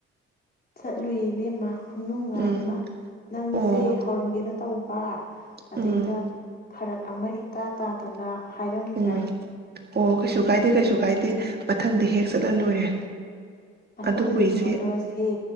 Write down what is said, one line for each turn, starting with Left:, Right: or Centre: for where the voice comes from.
Left: ꯆꯠꯂꯨꯏ ꯏꯕꯦꯝꯃ ꯈꯨꯅꯨꯡꯉꯥꯏ
Right: ꯎꯝ
Left: ꯑꯃ ꯅꯪꯁꯦ
Right: ꯑꯣ
Left: ꯍꯧꯔꯝꯒꯦꯅ ꯇꯧ ꯄꯥ ꯑꯗꯩꯗ
Right: ꯎꯝ
Left: ꯐꯔꯛ ꯑꯃ ꯏꯇꯥ ꯇꯥꯗꯅ ꯍꯥꯏꯔꯝꯗ꯭ꯔꯦ
Right: ꯎꯝ ꯑꯣ ꯀꯩꯁꯨ ꯀꯥꯏꯗꯦ ꯀꯩꯁꯨ ꯀꯥꯏꯗꯦ ꯃꯊꯪꯗ ꯍꯦꯛ ꯆꯠꯂ ꯂꯣꯏꯔꯦ꯫
Left: ꯃꯊꯪꯗꯗꯤ
Right: ꯑꯗꯨꯕꯨ ꯏꯆꯦ
Left: ꯁꯨꯃꯥꯏ ꯇꯧꯔꯁꯦ